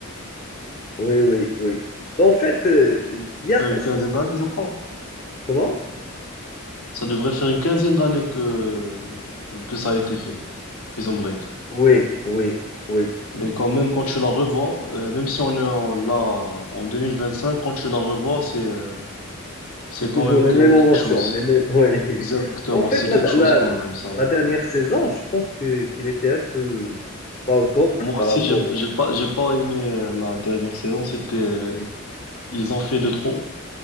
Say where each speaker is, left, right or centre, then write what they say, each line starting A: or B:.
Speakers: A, on the left (about 35°); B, on the left (about 80°).
A: Oui, oui, oui. Bah, En fait, euh, il y a...
B: fait une quinzaine d'années, je crois.
A: Comment?
B: Ça devrait faire une quinzaine d'années que, que ça a été fait, Prison Break.
A: Oui, oui, oui.
B: Mais quand même, quand tu la revois, euh, même si on est en- là en 2025, quand tu la revois, c'est... euh, C'est
A: C'est
B: quand
A: toujours
B: même
A: les
B: que-
A: mêmes
B: quelque
A: émotions,
B: chose.
A: les mêmes... <laughs> Oui.
B: Exactement,
A: En fait,
B: c'est
A: la,
B: quelque chose
A: la,
B: quand même, ça.
A: la dernière saison, je pense que qu'il était un peu pas au top
B: Moi
A: par
B: aussi,
A: rapport
B: j'ai,
A: au...
B: j'ai pas, j'ai pas aimé euh, la dernière saison. C'était, euh,
A: Oui,
B: ils ont fait de trop.